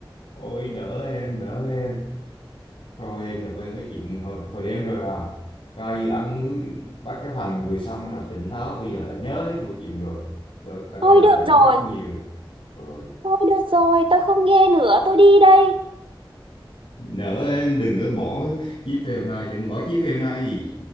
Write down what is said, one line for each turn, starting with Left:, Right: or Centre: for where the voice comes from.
Left: ôi đỡ em đỡ em rồi em là quên cái chuyện hồi, hồi đêm rồi à coi như anh mới bác chấp hành vừa xong rồi tỉnh táo bây giờ là nhớ hết mọi chuyện rồi tôi, tôi đã nợ
Right: được
Left: em
Right: rồi
Left: rất nhiều rồi
Right: thôi được rồi tôi không nghe nữa tôi đi đây
Left: nợ em đừng có bỏ chí phèo này đừng bỏ chí phèo này